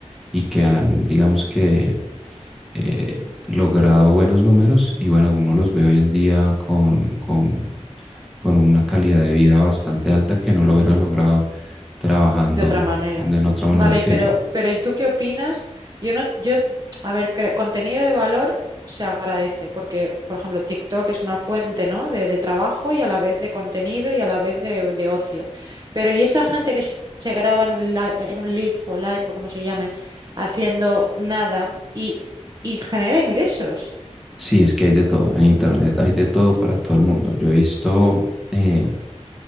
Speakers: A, in the centre; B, on the right.
A: y que han, digamos que, eh, logrado buenos números y bueno, uno los ve hoy en día con, con, con una calidad de vida bastante alta que no lo hubieran logrado trabajando
B: de otra manera.
A: de en otra manera.
B: Vale,
A: Sí,
B: pero, pero ¿y tú qué opinas? Yo no, yo, a ver, cre- contenido de valor se agradece, porque, por ejemplo, TikTok es una fuente, ¿no? De, de trabajo y a la vez de contenido y a la vez de, de ocio. Pero ¿y esa gente que s- se graba en un, li- en un live o live o como se llame, haciendo nada y, y genera ingresos?
A: sí, es que hay de todo en Internet, hay de todo para todo el mundo. Yo he visto... eh,